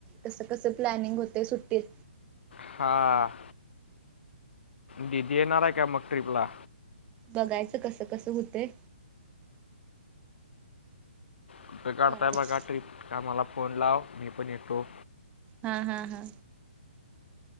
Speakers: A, on the right; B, on the left.
A: कसं कसं प्लॅनिंग होतय सुट्टीत.
B: हा दिदी येणार हाय काय मग ट्रीपला?
A: बघायचं कस कसं हुतय.
B: कुठ काढताय
A: करायचं
B: बघा ट्रिप काय मला फोन लाव मी पण येतो.
A: हा हा हा